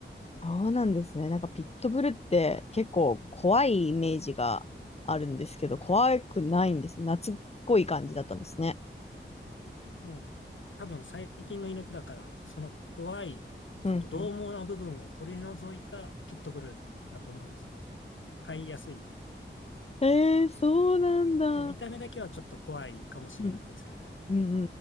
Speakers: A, on the left (about 30°); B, on the left (about 75°).
A: そうなんですね。なんかピットブルって結構怖いイメージがあるんですけど、怖くないんですね。懐っこい感じだったんですね。
B: もう多分最近の犬だから、その怖い、
A: うん、
B: その獰猛な部分を取り除いたピットブルだと思うんですよ。
A: うん。
B: 飼いやすい。
A: へえ、そうなんだ。うん、
B: で、見た目だけはちょっと怖いかもしれないですけど、
A: うん、うん、う